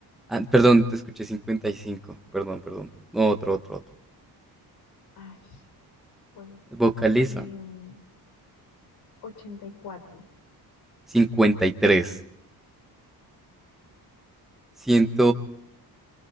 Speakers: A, in the centre; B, on the left (about 70°).
A: ah, perdón, te escuché 55. Perdón, perdón. No, otro, otro, otro.
B: Ash. Bueno,
A: Vocaliza.
B: em, ochenta y cuatro
A: 53, 100,